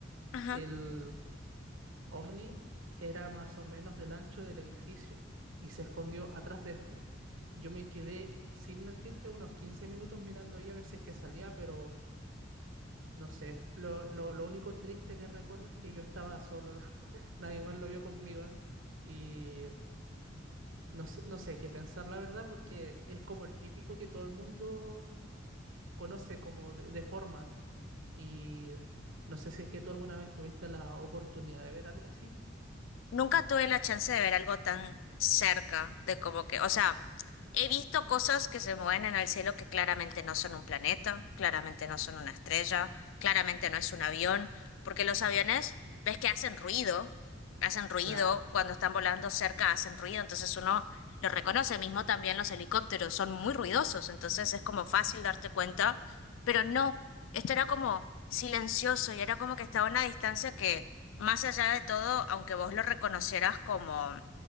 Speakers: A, on the left; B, on the right.
A: Ajá.
B: El ovni era más o menos del ancho del edificio y se escondió atrás de este. Yo me quedé, sin mentirte, unos 15 minutos mirando ahí a ver si es que salía, pero no sé. Lo, lo, lo único triste que recuerdo es que yo estaba solo. <laughs> Nadie más lo vio conmigo. Y No sé, no sé qué pensar, la verdad, porque es como el típico que todo el mundo conoce como de, de forma. Y no sé si es que tú alguna vez tuviste la oportunidad de ver algo así.
A: Nunca tuve la chance de ver algo tan cerca de como que, o sea. He visto cosas que se mueven en el cielo que claramente no son un planeta, claramente no son una estrella, claramente no es un avión, porque los aviones, ves que hacen ruido, hacen ruido
B: Claro,
A: cuando están volando cerca, hacen ruido, entonces uno lo reconoce, mismo también los helicópteros son muy ruidosos, entonces es como fácil darte cuenta, pero no, esto era como silencioso y era como que estaba a una distancia que más allá de todo, aunque vos lo reconocieras como